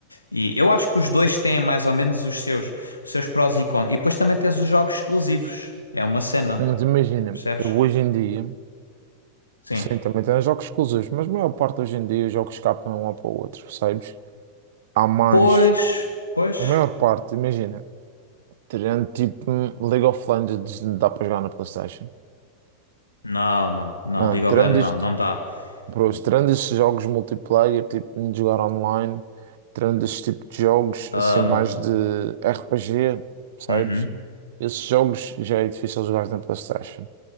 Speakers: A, on the left (about 80°); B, on the right (about 55°).
A: E eu acho que os dois têm mais ou menos os seus, os seus prós e contras. E depois também tens os jogos exclusivos. É uma cena,
B: Mas imagina,
A: percebes?
B: eu hoje em dia,
A: Sim.
B: sim, também tem jogos exclusivos, mas a maior parte hoje em dia os jogos escapam um ao para o outro, percebes? Há mais,
A: Pois, pois.
B: a maior parte, imagina, tirando tipo um League of Legends, não dá para jogar na PlayStation.
A: Não, não, não.
B: Não,
A: League
B: tirando
A: of Legends,
B: isto,
A: não, não dá.
B: bro,
A: Não.
B: tirando estes jogos multiplayer, tipo de jogar online, tirando este tipo de jogos,
A: Ahm,
B: assim, mais de RPG, percebes?
A: uhum.
B: Esses jogos já é difícil jogar na PlayStation.